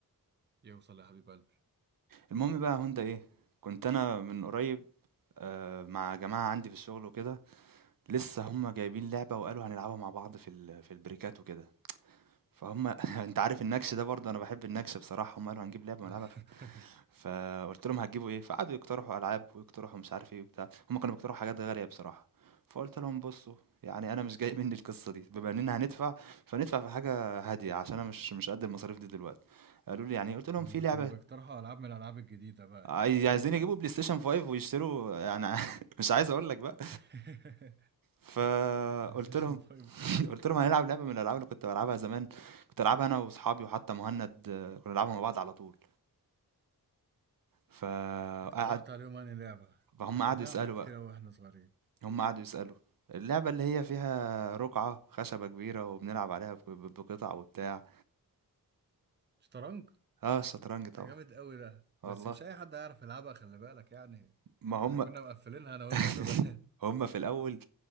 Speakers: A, on the right; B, on the right.
A: يوصل يا حبيب قلبي
B: المهم بقى يا هند ايه كنت انا من قريب آه، مع جماعه عندي في الشغل وكده لسه هم جايبين لعبه وقالوا هنلعبها مع بعض في ال- في البريكات وكده فهم <laughs> انت عارف النكش ده برضه انا بحب النكش بصراحه هم قالوا هنجيب لعبه
A: <laughs>
B: ونلعبها فقلت لهم هتجيبوا ايه فقعدوا يقترحوا العاب ويقترحوا مش عارف ايه وبتاع هم كانوا بيقترحوا حاجات غاليه بصراحه فقلت لهم بصوا يعني انا مش جاي مني القصه دي بما اننا هندفع فندفع في حاجه هاديه عشان انا مش مش قد المصاريف دي دلوقتي قالوا لي يعني إيه؟ قلت لهم
A: هما
B: في لعبه
A: كانوا بيقترحوا العاب من الالعاب الجديده بقى
B: عايز-
A: اكيد صح
B: عايزين يجيبوا بلاي ستيشن 5 ويشتروا يعني <laughs> مش عايز اقول لك بقى
A: <laughs>
B: فقلت
A: بلاي ستيشن
B: لهم
A: 5
B: <clears throat> <laughs> قلت لهم هنلعب لعبه من الالعاب اللي كنت بلعبها زمان كنت العبها انا واصحابي وحتى مهند آه، كنا نلعبها مع بعض على طول فقعد
A: اقترحت عليهم انهي لعبه
B: فهم
A: احنا كنا
B: قعدوا
A: بنلعب
B: يسالوا
A: حاجات كتير قوي واحنا صغيرين
B: هم قعدوا يسألوا اللعبة اللي هي فيها رقعة خشبة كبيرة وبنلعب عليها بق- بقطع وبتاع
A: شطرنج
B: اه الشطرنج طبعا
A: ده جامد قوي ده
B: والله
A: بس مش اي حد هيعرف يلعبها خلي بالك يعني
B: ما
A: احنا
B: هم
A: كنا مقفلينها انا وانت
B: <laughs>
A: زمان
B: هم في الأول